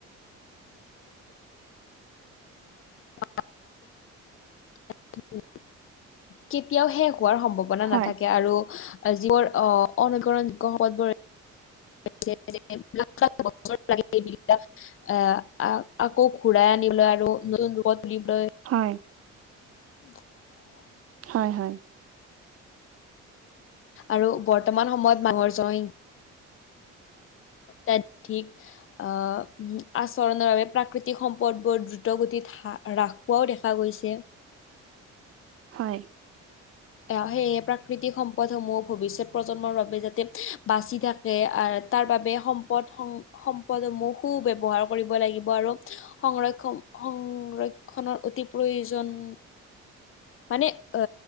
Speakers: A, on the left; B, on the right.
A: <inaudible> <unintelligible> <unintelligible> কেতিয়াও শেষ হোৱাৰ সম্ভাৱনা
B: হয়
A: নাথাকে আৰু যিবোৰ অনবীকৰণ যোগ্য সম্পদবোৰ <unintelligible> এ আকৌ ঘূৰাই আনিবলৈ আৰু নতুন ৰোগত তুলিবলৈ।
B: হয়।
A: উম।
B: হয় হয়।
A: আৰু বৰ্তমান সময়ত মানুহৰ জন তেট ঠিক। আহ', উম, আচৰণৰ বাবে প্ৰাকৃতিক সম্পদবোৰ দ্ৰুত গতিত ৰাসোৱাও দেখা গৈছে।
B: হয়। <inaudible>
A: সেয়ে প্ৰাকৃতিক সম্পদসমূহ ভৱিষ্যত প্ৰজন্মৰ বাবে যাতে বাচি থাক এ, তাৰ বাবে সম্পদ-সম্পদসমূহ সু ব্যৱহাৰ কৰিব লাগিব আৰু সংৰক্ষণ সংৰক্ষণৰ অতি প্ৰয়োজন মানে অ,